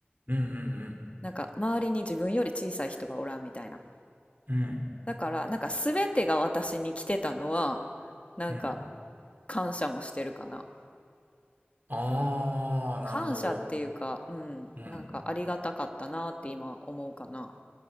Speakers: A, on the right; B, on the left.
A: うんうん
B: なんか周りに自分より小さい人がおらんみたいな。
A: うん。うん。
B: だからなんか全てが私に来てたのはなんか
A: うん。
B: 感謝もしてるかな。
A: ああ、なるほど。
B: 感謝っていうか、うん、
A: うん。
B: なんかありがたかったなって今思うかな。